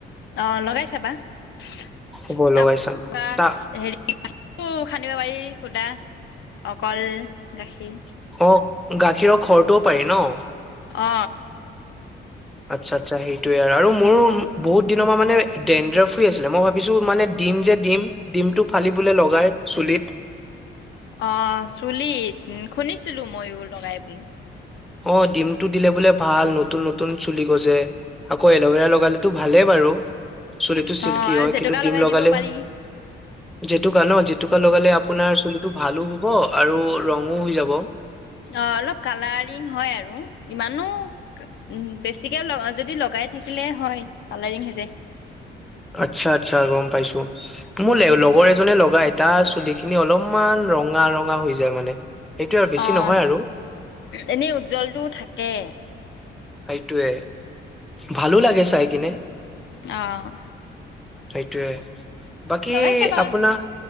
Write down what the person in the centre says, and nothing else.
হ'ব লগাই চাম তা
অক গাখীৰৰ খৰটোও পাৰি ন
আচ্ছা আচ্ছা সেইটোয়ে আৰু আৰু মোৰ বহুত দিনৰ পৰা মানে ডেনড্ৰফ ফি আছিলে মই ভাবিছো মানে ডিম যে ডিম ডিমটো ফালি বোলে লগাই চুলিত
অ ডিমটো দিলে বোলে ভাল নতুন নতুন চুলি গজে আকৌ এল'ভেৰা লগালেতো ভালেই বাৰু চুলিটো চিল্কি
হয়
কিন্তু ডিম
লগালে
জেতুকা ন জেতুকা লগালে আপোনাৰ চুলিটো ভালো হব আৰু ৰঙো হৈ যাব
আচ্ছা আচ্ছা গম পাইছো মোৰ লে লগৰ এজনে লগাই তাৰ চুলি খিনি অলপমান ৰঙা ৰঙা হৈ যায় মানে সেইটোয়ে আৰু বেছি
নহয়
আৰু
সেইটোৱে ভালো লাগে চাই কিনে
সেইটোৱে বাকী
আপোনাৰ